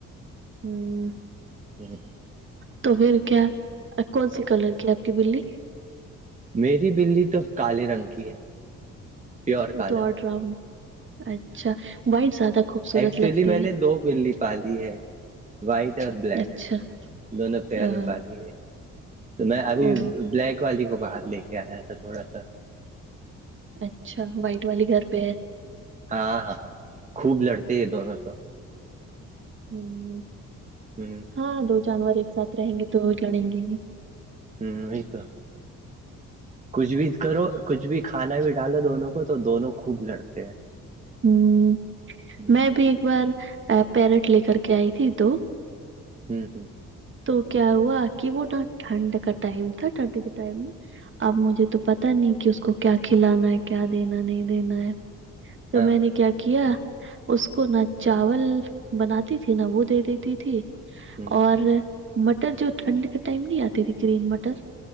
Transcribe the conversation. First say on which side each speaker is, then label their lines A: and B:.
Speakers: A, on the right (about 40°); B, on the right (about 25°).
A: ہوں
B: ہوں
A: تو پھر کیا کون سی کلر کی آپ کی بلی
B: میری بلی تو کالے رنگ کی ہے پیور
A: وہ
B: کالا
A: تو اور ڈراؤ اچھا وائٹ زیادہ خوبصورت
B: ایکچولی
A: لگتی
B: میں نے دو بلی پالی ہے وائٹ اور
A: ہے
B: بلیک
A: اچھا
B: دونوں پیر
A: آ،
B: میں پال ہے تو میں ابھی
A: او
B: بلیک والی کو باہر لے کے آیا تھا تھوڑا سا
A: اچھا وائٹ والی گھر پہ ہے
B: ہاں ہاں خوب لڑتے یہ دونوں تو
A: ہوں
B: ہوں
A: ہاں دو جانور ایک ساتھ رہیں گے تو وہ لڑیں گے ہی
B: ہوں یہ تو کچھ بھی کرو کچھ بھی کھانا بھی ڈالو دونوں کو تو دونوں خوب لڑتے ہیں
A: ہوں
B: ہ
A: میں ابھی ایک بار پیرٹ لے کر کے آئی تھی دو
B: ہ ہوں
A: تو کیا ہوا کہ وہ ن ٹھنڈ کا ٹائم تھا ٹھنڈ کے ٹائم میں اب مجھے تو پتا نہیں کہ اس کو کیا کھلانا ہے کیا دینا نہیں دینا ہے تو
B: ہاں
A: میں نے کیا کیا اس کو نہ چاول بناتی تھی نا وہ دے دیتی تھی
B: ہ
A: اور مٹر جو ٹھنڈ کے ٹائم نہیں آتی تھی گرین مٹر